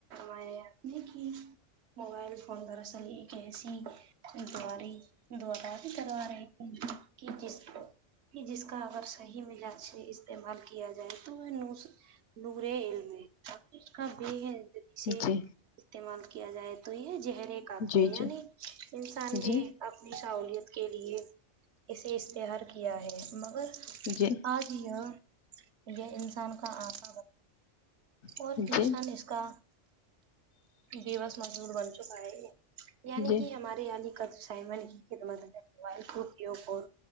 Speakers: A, on the right; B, on the left.
A: اپنے کی موبائل فون دراصل جسی دواری دوراری کروا رہتی ہیں کہ جس کہ جس کا اگر صحیح ملاچ استعمال کیا جائے تو وہ نو <unintelligible>
B: جی
A: استعمال کیا جائے تو یہ زہر ہے قاتل
B: جی
A: ہے یعنی
B: جی
A: انسان
B: جی
A: نے اپنی سہولیت کے لیے اسے اشتہار کیا ہے مگر
B: جی
A: آج یہ یہ انسان کا آپ اور
B: جی
A: انسان اس کا ڈیوس مشہور بن چکا ہے یہ یعنی
B: جی
A: کہ
B: جی
A: ہمارے آدھے کام سائمن کی خدمت میں موبائل